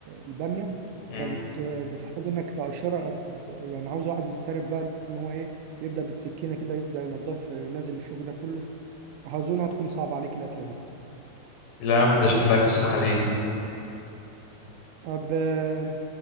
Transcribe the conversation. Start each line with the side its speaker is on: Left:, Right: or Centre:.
Right: الباميه
Left: مم.
Right: فبتحتاج انك تقشرها ب- يعني عاوز واحد محترف بقى ان هو ايه يبدا بالسكينه كده يبدا ينظف ينزل الشوك ده كله اظن هتكون صعب عليك الاكله دي
Left: لا يا عم ده شكلها قصه حزين
Right: طب آه،